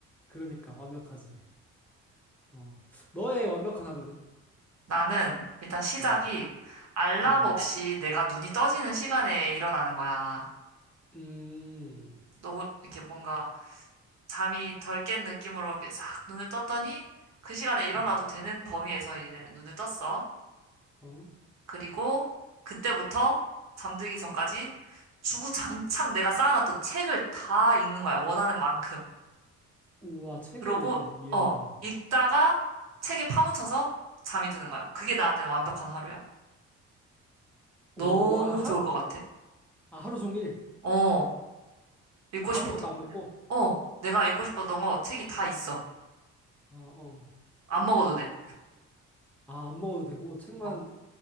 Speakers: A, in the centre; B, on the right.
A: 그러니까 완벽하지. 어. 너의 완벽한 하루는?
B: 나는 일단 시작이
A: 음.
B: 알람
A: 음.
B: 없이 내가 눈이 떠지는 시간에 일어나는 거야.
A: 음.
B: 너 이렇게 뭔가 잠이 덜 깬 느낌으로 이렇게 싹 눈을 떴더니 그 시간에 일어나도
A: 음.
B: 되는 범위에서 이제 눈을 떴어.
A: 어?
B: 그리고 그때부터 잠들기 전까지 주구장창 내가 쌓아놨던 책을 다 읽는 거야. 원하는 만큼.
A: 우와, 책을
B: 그러고
A: 읽어. 이야.
B: 어 읽다가 책에 파묻혀서 잠이 드는 거야. 그게 나한테는 완벽한 하루야. 너무
A: 오, 아, 하,
B: 좋을 것 같아.
A: 아, 하루 종일
B: 어. 읽고
A: 아무것도
B: 싶었던
A: 안
B: 거 그냥.
A: 먹고.
B: 어, 내가 읽고 싶었던 거 책이 다 있어.
A: 아, 어.
B: 안 먹어도 돼.
A: 아, 안 먹어도 되고 책만
B: 어,